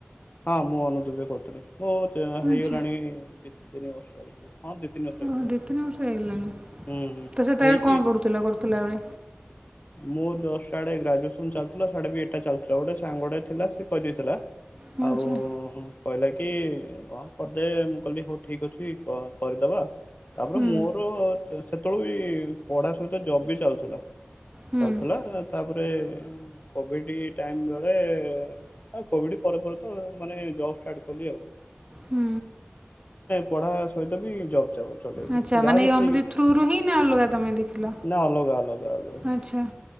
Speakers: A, on the left; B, on the right.
A: ହଁ ମୁଁ ଅନୁଦିଦିର କରୁଥିଲି। ମୁଁ ହେଇଗଲାଣି
B: ଆଚ୍ଛା
A: ଦି ତିନି ବର୍ଷ। ହେଇଯିବ ହଁ ଦି ତିିନି ବର୍ଷ ହେଇଯିବ।
B: ଓହୋ ଦୁଇ ତିନି ବର୍ଷ ହେଇଗଲାଣି
A: ହୁଁ ହୁଁ
B: ତ ସେତେବେଳେ
A: ହେଇକି
B: କ'ଣ ପଢ଼ୁଥିଲ କରୁଥିଲା ବେଳେ
A: ମୁଁ ଜଷ୍ଟ ଆଡେ ଗ୍ରାଜୁଏସନ ଚାଲିଥିଲା। ଆଡେ ବି ଏଟା ଚାଲିଥିଲା। ଗୋଟେ ସାଙ୍ଗଟେ ଥିଲା ସେ କହିଦେଇଥିଲା।
B: ମୁଁ
A: ଆଉ
B: ଜା
A: କହିଲା କି ହଁ କରିଦେ ମୁଁ କହିଲି ହଉ ଠିକ ଅଛି କରିଦବା। ତାପରେ
B: ହୁଁ
A: ମୋର ସେତେବେଳେ ବି ପଢା ସହିତ ଜବ୍ ବି ଚାଲୁଥିଲା।
B: ହୁଁ
A: ଚାଲୁଥିଲା। ତାପରେ ଏଁ କୋଭିଡ ଟାଇମ୍ ବେଳେ ଆଉ କୋଭିଡ ପରେ ପରେ ତ ମାନେ ଜବ ଷ୍ଟାର୍ଟ କଲି ଆଉ।
B: ହୁଁ।
A: ପଢା ସହି ଯଦି ଜପ୍‌ ଫପ ଚଲେଇଲି
B: ଆଚ୍ଛା
A: ଯେତିକ
B: ମାନେ ଏଇ ଅନୁଦୀପ ଥ୍ରୁରୁ ହିଁ ନା ଅଲଗା ତମେ ଦେଖିଲ
A: ନା ଅଲଗା ଅଲଗା ଅଲଗା।
B: ଆଚ୍ଛା।